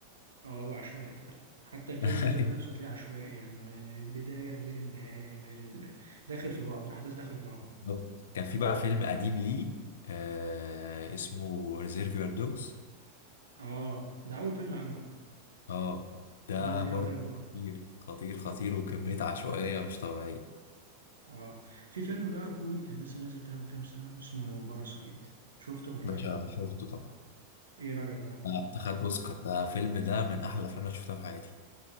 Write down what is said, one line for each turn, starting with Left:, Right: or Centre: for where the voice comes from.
Right: اه هو عشوائي فعلا حتى الفيلم
Left: <laughs> أيوة،
Right: ذات نفسه هتلاقيه عشوائي يعني ما- البداية غير النهاية غير ال... داخل في بعض الأحداث داخلة في بعضها
Left: بالظبط كان في بقى فيلم قديم ليه آه اسمه ريزيرفير دوجز
Right: اه ده أول فيلم عمله ده
Left: اه ده
Right: الفيلم ده جامد
Left: برضو
Right: أوي برضه
Left: خطير خطير خطير وكميه عشوائيه مش طبيعيه
Right: اه في فيلم بقى كوري كان لسه نازل كده من كام سنة اسمه باراسايت شفته ولا
Left: باشا
Right: ايه؟
Left: شفته طبعا
Right: ايه رأيك بقى؟
Left: آه، اخد اوسكار ده فيلم ده من احلى الافلام اللي أنا شفتها في حياتي